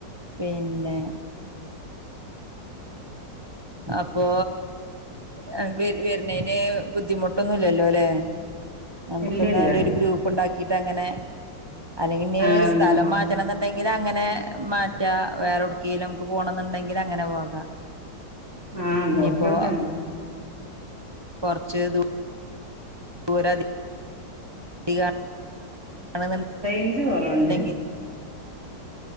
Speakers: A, on the right; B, on the right.
A: പിന്നെ അപ്പോ ഹസ്ബന്റ് വരുന്നേന് ബുദ്ധിമുട്ട പിട്ടൊന്നല്ലല്ലോ ല്ലേ നമുക്ക്
B: ഇല്ലല്ല
A: ന്നാല് ഒരു ഗ്രൂപ്പ് ഉണ്ടാക്കിട്ട് അങ്ങനെ അല്ലെങ്കിൽ
B: ആഹ്
A: സ്ഥലം
B: നോ
A: മാ പണ എന്നുണ്ടെങ്കിൽ അങ്ങനെ മാറ്റ വേറെ ഉടുക്കിൽ നമുക്ക് പോണന്നുണ്ടെങ്കിൽ അങ്ങനെ പോകാം
B: ആഹ്
A: ഇനിയിപ്പോ
B: നോക്കിയോക്കാം നമുക്ക്
A: കൊറച്ചരു <unintelligible> <unintelligible> <unintelligible>
B: റേഞ്ച് കൊറവുണ്ട്